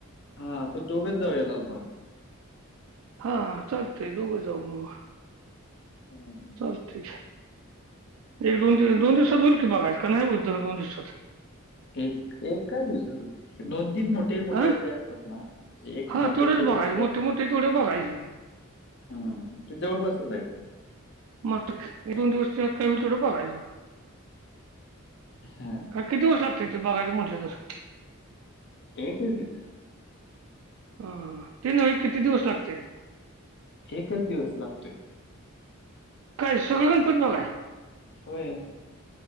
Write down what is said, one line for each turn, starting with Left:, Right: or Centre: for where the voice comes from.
Left: हा आपण दोघेच जाऊया लालबागला
Right: हा चालतंय दोघं जाऊ मग
Left: हम्म
Right: चालतंय एक दोन दिव दोन दिवसात होईल की बघाय का नाही होत जरा दोन दिवसात
Left: एक एकां दिवसात होते दोन तीन मोठे मोठे
Right: हा
Left: जे असतात ना एक
Right: हा
Left: मोठे
Right: तेवढेच
Left: मोठे
Right: बघायचे
Left: गणपती असतात
Right: मोठे तेवढे बघायचे
Left: हा हा ते जवळपासच आहेत
Right: मातुर दोन दिवसात काही होईल तेवढं बघायचं
Left: हा
Right: काय किती दिवस लागत्यात ते बघायंचं म्हटल्या तसं
Left: एकच दिवस.
Right: हा, ते नव्हे किती दिवस लागत्यात?
Left: एकच दिवस लागतोय.
Right: काय सगळं गणपती बघाय
Left: होय.